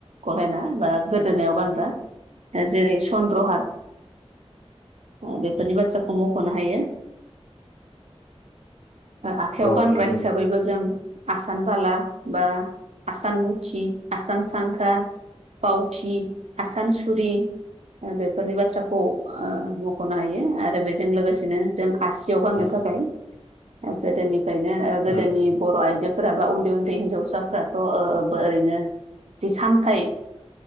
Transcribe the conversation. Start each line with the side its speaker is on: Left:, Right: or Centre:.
Right: गहेना बा गोदोनायाव गानग्रा जेरै चन्द्रहार अ बेफोरनि बाथ्राखौ मख'नो हायो आखायाव
Left: औ
Right: गानग्रा
Left: नोंथां
Right: हिसाबै जों आसान बाला बा आसान मुथि आसान सांखा बावथि आसानसुरि बेफोरनि बाथ्राखौ मख'नो हायो आरो बेजों लोगोसेनो जों आसियाव गाननो
Left: उम
Right: थाखाय गोदोनिफ्रायनो गोदोनि
Left: उम
Right: बर' आइजोफोराबा उन्दै उन्दै हिनजावसा थ' ओरैनो जि सामथाइ